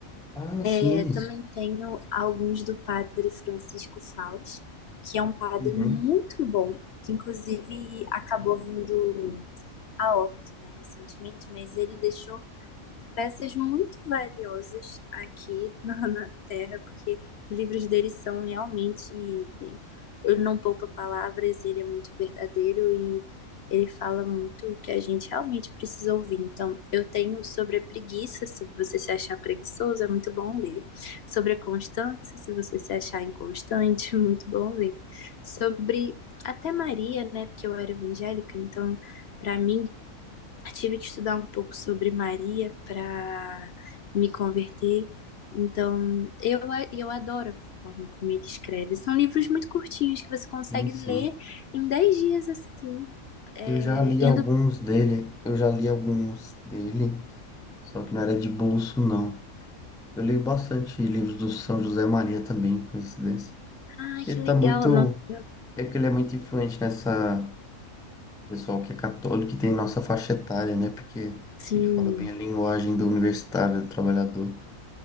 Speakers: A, in the centre; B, on the left.
A: Ah, sim.
B: Eu também tenho alguns do Padre Francisco Fausto, que é um padre
A: Uhum.
B: muito bom, que inclusive acabou vindo a óbito, né, recentemente, mas ele deixou peças muito valiosas aqui <laughs> na, na Terra, porque os livros dele são realmente. Ele não poupa palavras, ele é muito verdadeiro e ele fala muito o que a gente realmente precisa ouvir. Então, eu tenho sobre a preguiça, se você se achar preguiçoso, é muito bom ler. Sobre a constância, se você se achar inconstante, <laughs> é muito bom ler. Sobre até Maria, né? Porque eu era evangélica, então para mim tive que estudar um pouco sobre Maria para me converter. Então, eu, a- eu adoro a forma como ele escreve. São livros muito curtinhos que você consegue
A: Sim, sim.
B: ler em 10 dias, assim, é,
A: Eu já li alguns
B: indo.
A: dele, eu já li alguns dele, só que não era de bolso, não. Eu leio bastante livros do São José Maria também, coincidência.
B: Ai,
A: Porque
B: que
A: ele
B: legal!
A: tá muito.
B: Nossa, eu-
A: É que ele é muito influente nessa pessoal que é católico e tem nossa faixa etária, né? Porque
B: sim,
A: ele fala bem a linguagem do universitário, do trabalhador.